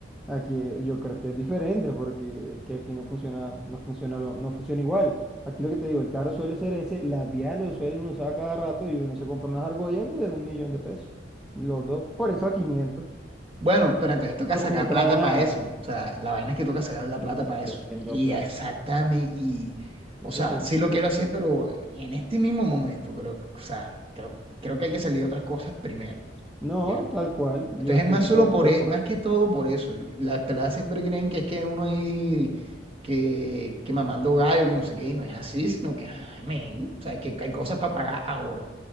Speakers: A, in the centre; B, on the right.
A: Aquí eh, yo creo que es diferente porque es que aquí no funciona, no funciona lo- no funciona igual. Aquí lo que te digo, el carro suele ser ese, la vía lo suelen usar cada rato y uno se compra unas argollas de un millón de pesos. Los dos. Por eso a 500.
B: Bueno, pero entonces toca
A: porque
B: sacar
A: no trae
B: plata
A: nada,
B: para eso. O sea, la vaina es que toca sacar
A: es
B: la
A: que
B: plata
A: sigue
B: para eso.
A: siendo
B: Y
A: plata.
B: exactamente, y, o
A: Eso
B: sea,
A: sí.
B: sí lo quiero hacer, pero en este mismo momento, creo, o sea, creo, creo que hay que salir de otras cosas primero,
A: No,
B: ya.
A: tal cual, yo
B: Entonces
A: estoy
B: es más
A: totalmente
B: solo por,
A: de
B: e-
A: acuerdo.
B: más que todo por eso. Las peladas siempre creen que es que uno ahí, que, que mamando gallo, que no sé qué, y no es así, sino que, ah, men, o sea, que hay cosas para pagar ahora.